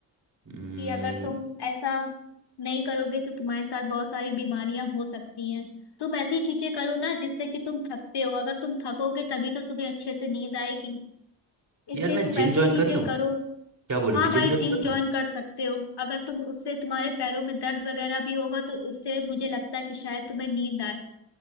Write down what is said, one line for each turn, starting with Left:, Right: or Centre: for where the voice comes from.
Right: हम्म,
Left: कि अगर तुम ऐसा नहीं करोगे तो तुम्हारे साथ बहुत सारी बीमारियां हो सकती हैं तुम ऐसी चीजें करो ना जिससे कि तुम थकते हो अगर तुम थकोगे तभी तो तुम्हें अच्छे से नींद आएगी
Right: यार
Left: इसलिए
Right: मैं
Left: तुम
Right: जिम
Left: ऐसी
Right: ज्वाइन
Left: चीजें
Right: कर लूँ
Left: करो
Right: क्या बोलोगे
Left: हाँ भाई
Right: जिम ज्वाइन
Left: जिम
Right: कर
Left: ज्वाइन
Right: लूँ
Left: कर सकते हो अगर तुम उससे तुम्हारे पैरों में दर्द वगैरह भी होगा तो उससे मुझे लगता है कि शायद तुम्हें नींद आए